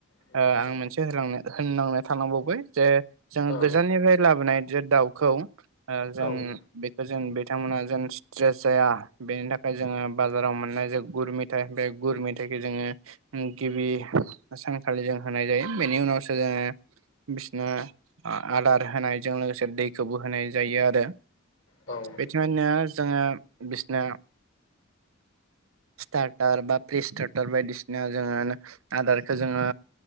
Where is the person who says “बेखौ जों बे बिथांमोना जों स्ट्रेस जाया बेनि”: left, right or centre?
Right